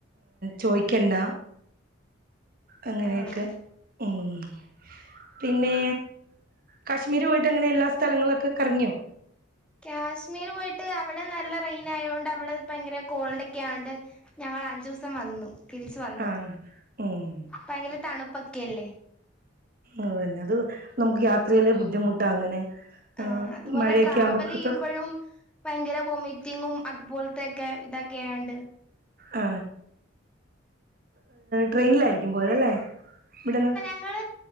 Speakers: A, on the right; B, in the centre.
A: ചോയ്ക്കണ്ട. അങ്ങനെയൊക്കെ
B: ആഹ്
A: മ്. പിന്നെ കാശ്മീര് പോയിട്ട് എങ്ങനെ എല്ലാ സ്ഥലങ്ങളൊക്കെ കറങ്ങ്യോ?
B: ക്യാശ്മീര് പോയിട്ട് അവിടെ നല്ല റെയ്നായോണ്ട് അവിടെ ഭയങ്കര കോൾഡോക്കെ ആയോണ്ട് ഞങ്ങൾ അഞ്ചുസം വന്നു തിരിച്ച് വന്നു
A: ആഹ് ഉം
B: ഭയങ്കര തണുപ്പൊക്കെല്ലേ.
A: അതന്നെ അത് നമുക്ക് യാത്രയില് ബുദ്ധിമുട്ടാ അങ്ങനെ ആഹ്
B: ആ അതുപോലെ
A: മഴയൊക്കെ
B: ട്രാവലെയ്യുമ്പോഴും
A: ആവുമ്പോ പുറത്തോട്ട്
B: ഭയങ്കര വൊമിറ്റിങ്ങും അതുപോൽത്തെക്കെ ഇതൊക്കെയായാണ്ട്.
A: ആ ട്രെയിനിലായിരിക്കും പോയതല്ലേ ഇവിടെന്ന്?
B: ങ്ങൾ